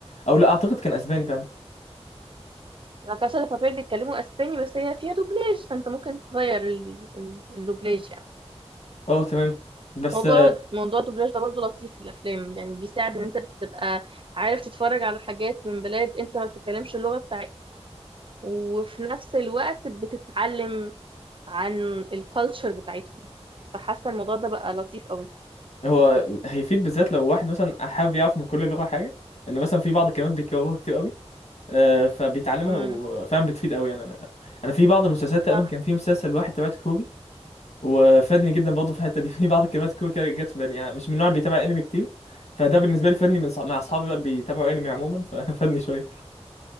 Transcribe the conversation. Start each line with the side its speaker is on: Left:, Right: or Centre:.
Left: او لا اعتقد كان اسباني فعلا
Right: لا كاسا دي بابيل بيتكلموا اسباني بس هي فيها دوبلاج فانت ممكن تغير ال- ال- الدوبلاج يعني
Left: اه تمام بس
Right: موضوع
Left: آه،
Right: موضوع الدوبلاج ده برضه لطيف في الافلام يعني بيساعد ان انت تبقى عارف تتفرج على حاجات من بلاد انت ما بتتكلمش اللغه بتاعتها وفي نفس الوقت بتتعلم عن الكالتشر بتاعتهم فحاسه الموضوع ده بقى لطيف قوي
Left: هو هيفيد بالذات لو واحد مثلا حابب يعرف من كل لغه حاجه ان مثلا في بعض الكلمات بيكرروها كتير قوي آه، فبيتعلمها
Right: امم
Left: وفعلا بتفيد قوي يعني انا انا في بعض المسلسلات تقريبا
Right: صح
Left: كان في مسلسل واحد تابعته كوري وفادني جدا برضه في الحته دي <laughs> في بعض الكلمات الكويكه كده جت في بالي يعني مش من النوع اللي بيتابع انمي كتير فده بالنسبه لي فادني من صح... مع اصحابي بقى اللي بيتابعوا انمي عموما <laughs> ففادني شويه